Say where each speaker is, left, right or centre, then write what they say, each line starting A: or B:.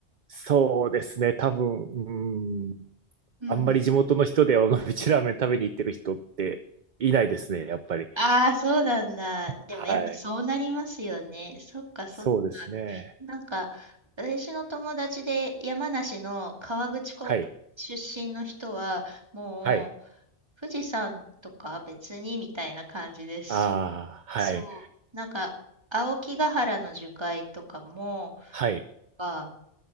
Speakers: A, on the right; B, on the right.
A: そうですね。多分、うん。
B: うんうん。
A: あんまり地元の人で尾道ラーメン食べに行ってる人っていないですね。やっぱり。
B: ああ、そうなんだ。でもやっぱそうなりますよね。
A: はい。
B: そっかそっか。
A: そうですね。
B: なんか、私の友達で山梨の河口湖出身の人は、
A: はい。
B: もう富士山とか別にみたいな感じですし、
A: はい。ああ、はい。
B: そう、なんか青木ヶ原の樹海とかも、
A: はい。
B: あ